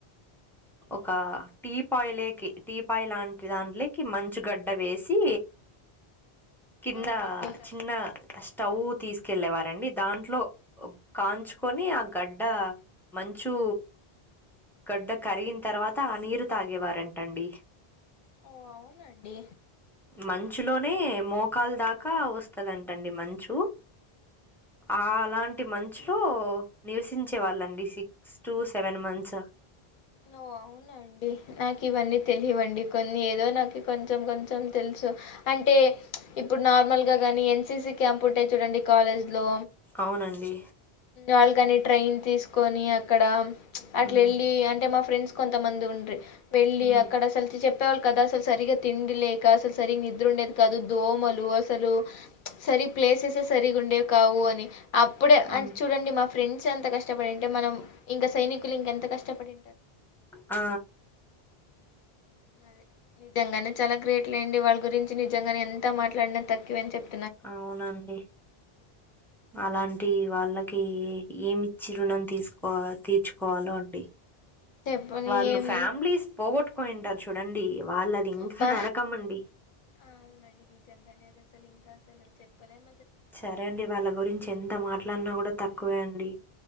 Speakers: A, in the centre; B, on the left.
A: ఒక టీ పాయిలేకి టీ పాయిల్లాంటి దాంట్లోకి మంచు గడ్డ కీ కింద
B: అవునండి
A: చిన్న స్టవ్ తీసుకెళ్ళేవారండి దాంట్లో కాంచుకొని ఆ గడ్డ మంచు గడ్డ కరిగిన తర్వాత ఆ నీరు తాగేవారంటండి
B: ఓ అవునండి
A: మంచులోనే మోకాలు దాకా వస్తదంటండి మంచు అ లాంట్ టి మంచు నివసించే వాళ్ళండి సిక్స్ టు సెవెన్ మంత్స్
B: ఓ అవునండి నాకు ఇవన్నీ తెలియవండి కొన్ని ఏదో నాకు కొంచెం కొంచెం తెలుసు అంటే ఇప్పుడు నార్మల్ గ గాని ఎన్సిసి క్యాంప్ ఉంటే చూడండి కాలేజ్ లో
A: అవునండి.
B: వాళ్ళకని ట్రైన్ తీసుకొని అక్కడ అట్ల
A: హ్మ్.
B: వెళ్ళి అంటే మా ఫ్రెండ్స్ కొంతమంది ఉండ్రి వెళ్ళి
A: హ్మ్.
B: అక్కడ అసలు చెప్పేవాళ్ళుకాదు అసలు సరిగా తిండి లేక అసలు సరిగ ని ద్దరూండేది కాదు దోమలు అసలు సరి ప్లేసెస్ సరిగా ఉండేవి కావు అని అ ప్పుడే
A: హ్మ్.
B: ఆ చూడండి మా ఫ్రెండ్స్ అంత కష్టపడింటే మనం ఇంకా సైనికులు ఇంకెంత కష్టపడి
A: ఆ
B: అదే నిజంగానే చాలా గ్రేట్లేండి వాళ్ళ గురించి నిజంగానే ఎంత మాట్లాడిన తక్కువ అని చెప్
A: అవునండి అలాం టి వాళ్ళకి ఏమిచ్చి రుణం తీసుకో తీర్చుకోవాలో అండి
B: చెప్పని
A: వాళ్ళు
B: ఏం
A: ఫ్యామిలీస్ పోగొట్టుకోయింటారు చూడండి వాళ్ళది ఇంకా
B: అబ్బా
A: నరకమండి.
B: అవునండి నిజంగానే అది అసలు ఇంకా అసలు చెప్పలేం
A: సరే అండి వాళ్ళ గురించి ఎంత మాట్లాడినా కూడా తక్కువే అండి